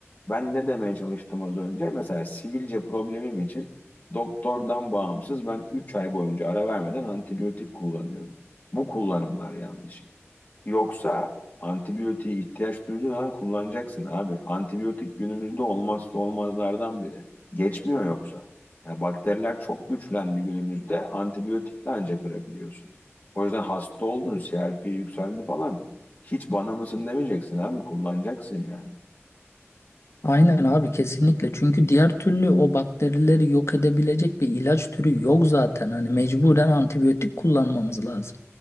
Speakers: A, on the left; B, on the left.
A: Ben ne demeye çalıştım az önce? Mesela sivilce problemim için doktordan bağımsız ben 3 ay boyunca ara vermeden antibiyotik kullanıyorum. Bu kullanımlar yanlış. Yoksa antibiyotiğe ihtiyaç duyduğun an kullanacaksın abi. Antibiyotik günümüzde olmazsa olmazlardan biri. Geçmiyor yoksa. Ya bakteriler çok güçlendi günümüzde. Antibiyotikle ancak kırabiliyorsun. O yüzden hasta oldun, CRP yükseldi falan. Hiç bana mısın demeyeceksin abi kullanacaksın yani.
B: Aynen abi kesinlikle çünkü diğer türlü o bakterileri yok edebilecek bir ilaç türü yok zaten hani mecburen antibiyotik kullanmamız lazım.